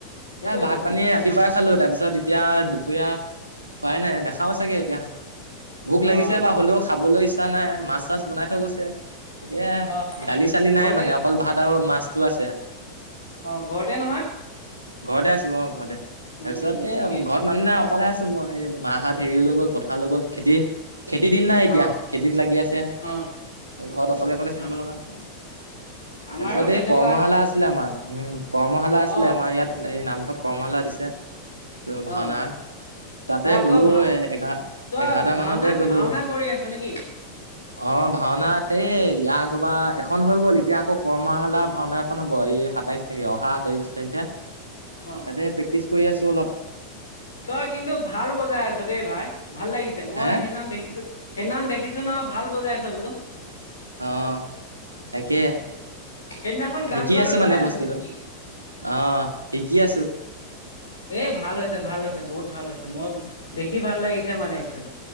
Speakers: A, on the left; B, on the right.
A: সেইটোৱেতো
B: ভাত পানী ৰাতিপুৱাই খালো, তাৰপিছত এতিয়া দুপৰীয়া খোৱাই নাই নাখাও চাগে এতিয়া। ভোক লাগিছে
A: অ
B: বা হ'লেও খাবলৈ ইচ্ছা নাই, মাছ চাছ বনাই থৈ গৈছে। তাকে
A: অ
B: দালি-চালি
A: ঘৰতে
B: নাই মানে অকল ভাত আৰু মাছটো আছে।
A: অ ঘৰতে নহয়?
B: ঘৰতে আছো অ ঘৰতে,
A: উম
B: তাৰ পিছত
A: উম
B: এ
A: ঠিকেই ঠিকেই
B: ঘৰত মানুহ নাই অকলে আছো। মই মা হত হেৰি লৈ গ'ল পথাৰ ল গ'ল খেতি। খেতিৰ দিন না এতিয়া
A: অ
B: খেতিত লাগি আছে।
A: অ
B: ঘৰত অকলে অকলে
A: অ
B: থাকিব লগা হৈছে।
A: আমাৰো
B: তাৰপিছত
A: তেনেকুৱা
B: এই কৰ্মশালা আছিলে আমাৰ, উম কৰ্মশালা আছিলে
A: অ
B: আমাৰ ইয়াত। এই নামঘৰত কৰ্মশালা দিছে ত ভাওনা
A: অ
B: তাতে
A: অ
B: গ'লো
A: তই ভা
B: এ এঘাৰ
A: তই
B: এঘাৰটা মানতে
A: ভাওনা
B: গ'লো
A: ভাওনা কৰি আছ নেকি?
B: অ ভাওনা এই ইয়াৰ আগৰবাৰ এখন হৈ গ'ল। এতিয়া আকৌ কৰ্মশালা ভাওনা এখন হ'ব এই সাতাইশ তাকে অহা স তেইছ তাৰিখে
A: অহ'।
B: এ প্ৰেক্টিছ কৰি আছোঁ অলপ।
A: তই কিন্তু ভাল বজাই আছ দেই ভাই ভাল লাগিছে, মই
B: হে
A: সেইদিনা দেখিছো। সেইদিনাখন দেখিছো নহয়। ভাল বজাইছ বোলো।
B: অ তাকে।
A: সেইদিনাখন গান
B: শিকি
A: গোৱাটো
B: আছো
A: তই
B: মানে
A: আছিলি
B: বস্তুটো
A: নেকি?
B: আহ শিকি আছো।
A: এ ভাল হৈছে ভাল হৈছে বহুত ভাল হৈছে, মই দেখি ভাল লাগিছে মানে একচোৱেলি।